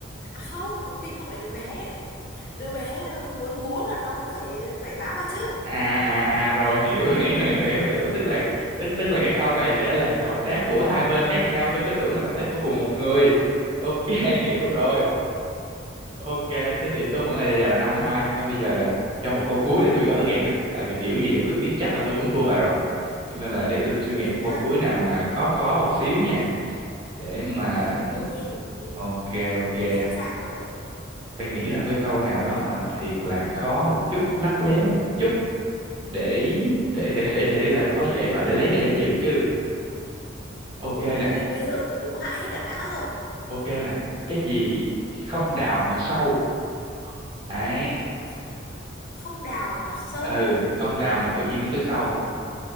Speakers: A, on the left (about 50°); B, on the right (about 25°).
A: à không cục thịt không phải đứa bé đứa bé muốn bú là nó cũng phải phải bám vào chứ
B: à à à rồi hiểu <laughs> hiểu hiểu hiểu hiểu tức là tức tức là cái câu này sẽ là động tác của hai bên khác nhau tôi cứ tưởng là động tác của cùng một người ok <laughs> hiểu rồi ok thế tỷ số vẫn là là năm hai thôi bây giờ là cho một câu cuối để tôi gỡ gạc đi tại vì kiểu gì là tôi biết chắc
A: ừ
B: là tôi cũng thua bà rồi cho nên là để tôi suy nghĩ
A: thế
B: một
A: nhá
B: câu cuối nào mà khó khó một xíu nha để mà
A: ừ đố đi đố đi
B: ok ok
A: tôi sẵn sàng rồi
B: phải nghĩ ra một cái câu nào đó mà thiệt là khó một chút lắt léo một chút để để để để, để làm khó dễ mà để lấy lại danh dự chứ ok
A: ừ
B: nè
A: đến bây giờ tôi cũng hại hết cả não rồi
B: ok nè cái gì không đào mà sâu đấy
A: không không đào mà sâu
B: ừ không đào mà tự
A: Ờ,
B: nhiên nó cứ sâu